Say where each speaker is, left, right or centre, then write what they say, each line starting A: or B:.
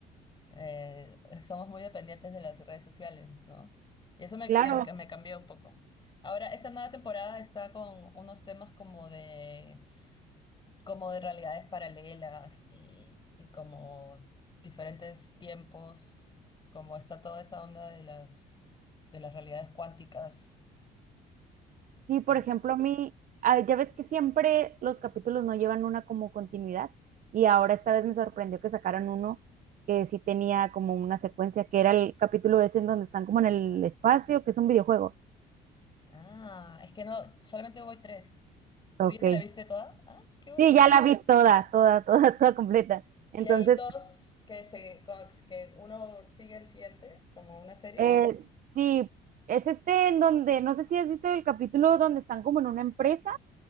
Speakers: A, on the left (about 25°); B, on the right (about 50°).
A: eh, somos muy dependientes de las redes sociales, ¿no? Y eso me,
B: Claro,
A: que- que me cambió un poco. Ahora, esta nueva temporada está con unos temas como de, como de realidades paralelas y, y como diferentes tiempos, como está toda esa onda de las, de las realidades cuánticas.
B: sí, por
A: Y,
B: ejemplo, a mí, ah, ya ves que siempre los capítulos no llevan una como continuidad, y ahora esta vez me sorprendió que sacaran uno que sí tenía como una secuencia, que era el capítulo ese en donde están como en el espacio, que es un videojuego.
A: ah, es que no, solamente voy tres.
B: Ok,
A: ¿Tú ya te la viste toda? Ah, qué bueno.
B: Sí, ya la vi toda, toda, toda, <laughs> toda completa.
A: Y
B: Entonces,
A: hay dos que, se, co- que uno sigue el siguiente, como una serie.
B: eh, sí, es este en donde, no sé si has visto el capítulo donde están como en una empresa